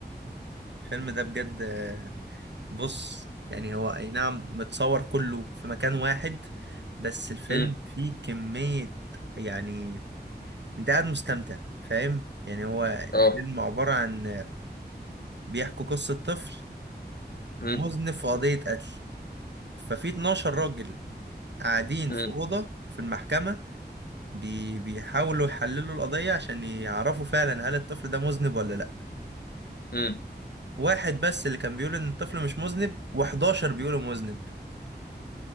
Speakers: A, on the right (about 80°); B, on the left (about 60°).
A: الفيلم ده بجد آه بص يعني هو اي نعم متصور كله في مكان واحد بس الفيلم
B: مم.
A: فيه كمية يعني انت قاعد مستمتع فاهم يعني هو
B: اه
A: الفيلم عبارة عن بيحكوا قصة طفل
B: مم.
A: مذنب في قضية قتل ففي 12 راجل قاعدين
B: مم.
A: في أوضة في المحكمة بي بيحاولوا يحللوا القضية عشان يعرفوا فعلا هل الطفل ده مذنب ولا لأ
B: مم.
A: واحد بس اللي كان بيقول إن الطفل مش مذنب و11 بيقولوا مذنب